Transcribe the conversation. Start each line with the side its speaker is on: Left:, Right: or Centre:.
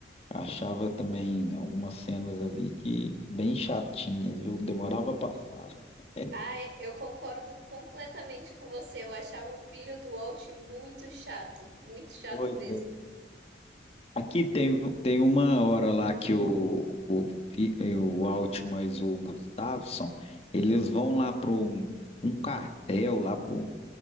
Left: achava também algumas cenas ali que bem chatinhas, viu? Demorava a passar. <laughs>
Right: Ai, eu concordo completamente com você. Eu achava o filho do Walt muito chato, muito chato
Left: Pois
Right: mesmo.
Left: é. Aqui tem, tem uma hora lá que o, o, Fi- eh, o Altman e o Gustafsson, eles vão lá para um, um cartel, lá para um,